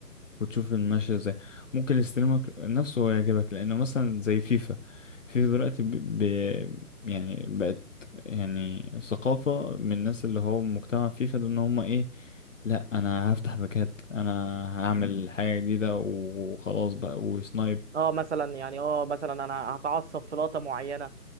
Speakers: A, on the left; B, on the right.
A: وتشوف الماشية ازاي ممكن يستلمك نفسه هو يعجبك لأنه مثلا زي فيفا فيفا دلوقتي ب... ب... يعني بقت يعني ثقافة من الناس اللي هو مجتمع فيفا ده ان هم ايه لا انا هفتح باكات انا هعمل حاجة جديدة وخلاص بقى وسنايب
B: اه مثلا يعني اه مثلا انا هتعصب في لقطه معينه